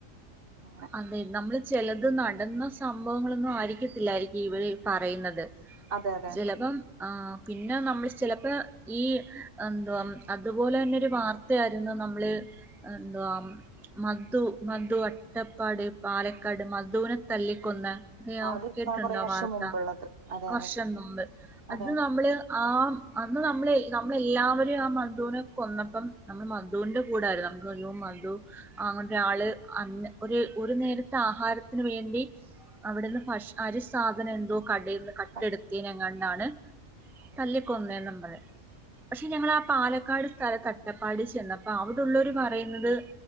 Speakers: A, on the right (about 45°); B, in the centre.
A: അങ്ങനെ
B: അതെ നമ്മള് ചെലത് നടന്ന സംഭവങ്ങളൊന്നും ആയിരിക്കത്തില്ലായിരിക്കും ഇവര് ഈ പറയുന്നത്
A: അതെ അതെ
B: ചെലപ്പം ആഹ് പിന്നെ നമ്മള് ചെലപ്പേ ഈ എന്തുവാ അതുപോലെ തന്നെ ഒരു വാർത്തയാരുന്നു നമ്മള് എന്തുവാ മധു മധു അട്ടപ്പാട് പാലക്കാട് മധുവിനെ തല്ലിക്കൊന്ന അറിയാവോ
A: അത്
B: കേട്ടിട്ടോണ്ടോ
A: കൊറേ
B: ആഹ്
A: വർഷം
B: വാർത്ത
A: മുമ്പുള്ളത് അതെ
B: വർഷം
A: അതെ
B: മുമ്പ്
A: അതെ
B: അത് നമ്മള് ആം അന്ന് നമ്മള് നമ്മളെല്ലാവരും ആ മധുവിനെ കൊന്നപ്പം നമ്മള് മധുന്റെ കൂടായിരുന്നു <unintelligible> മധു അങ്ങനത്തെ ആള് അന്ന് ഒരു ഒരു നേരത്തെ ആഹാരത്തിന് വേണ്ടി അവിടുന്ന് ഭക്ഷ അരി സാധനം എന്തോ കടേന്ന് കട്ടെടുത്തിനെങ്ങാണ്ടാണ്
A: കട്ട് ചെയ്തു. അതെ
B: തല്ലിക്കൊന്നെന്നും പറയാം പഷേ ഞങ്ങളാ പാലക്കാട് സ്ഥലത്ത് അട്ടപ്പാടി ചെന്നപ്പോ അവിടുള്ളോര് പറയുന്നത്